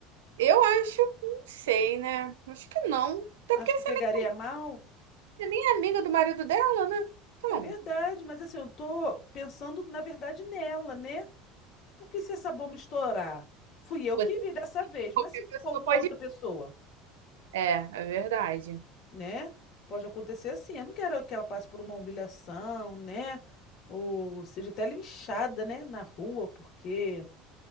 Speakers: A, on the right; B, on the left.
A: Eu acho, não sei, né? Acho que não. Até
B: Acho
A: porque
B: que
A: você
B: pegaria
A: nem,
B: mal.
A: você nem é amiga do marido dela, né? Então,
B: É verdade, mas assim, eu tô pensando, na verdade, nela, né? Porque se essa bomba estourar, fui eu
A: você,
B: que vi dessa vez,
A: qualquer
B: mas se
A: pessoa
B: for uma
A: pode.
B: outra pessoa,
A: É, é verdade.
B: né? Pode acontecer assim. Eu não quero que ela passe por uma humilhação, né? Ou seja, até linchada, né? Na rua, porque